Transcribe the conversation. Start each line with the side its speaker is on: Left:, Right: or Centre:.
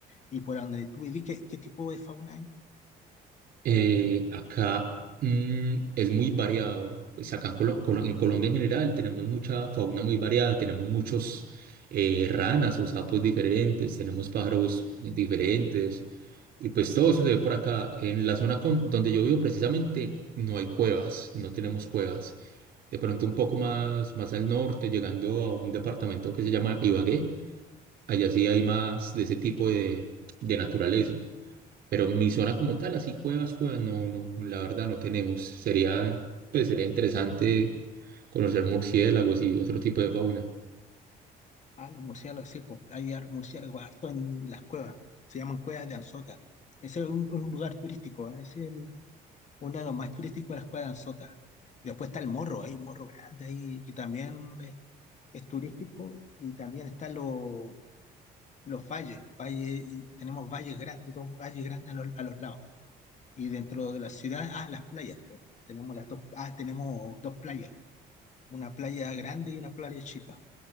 Left: Y por donde tú vivís, ¿qué, qué tipo de fauna hay?
Right: Eh, acá mm, es muy variado. Pues acá en, Colo- Colo- en Colombia en general tenemos mucha fauna muy variada. Tenemos muchos eh, ranas o sapos diferentes. Tenemos pájaros diferentes. Y pues todo eso se ve por acá. En la zona con- donde yo vivo precisamente no hay cuevas. No tenemos cuevas. De pronto un poco más, más al norte, llegando a un departamento que se llama Ibagué. Allá sí hay más de ese tipo de, de naturaleza. Pero mi zona como tal, así cuevas, cuevas, no, no, la verdad no tenemos. Sería, pues sería interesante conocer murciélagos y otro tipo de fauna.
Left: Ah, los murciélagos, sí, pues hay har- murciélagos harto en las cuevas, se llaman cuevas de Anzota. Ese es un, un lugar turístico, ¿eh? es el- uno de los más turísticos de las cuevas de Anzota. Y después está el morro, hay un morro grande ahí que también es, es turístico y también están lo- los valles, valles y tenemos valles grandes, dos valles grandes a los, a los lados. Y dentro de la ciudad, ah, las playas, pues, tenemos las dos, ah, tenemos dos playas, una playa grande y una playa chica,